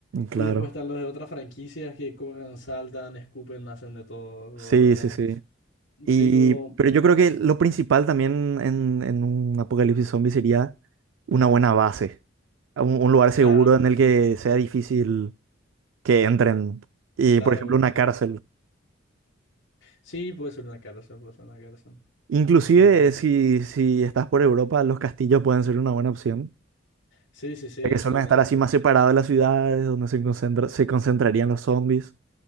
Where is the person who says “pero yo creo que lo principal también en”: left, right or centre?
Right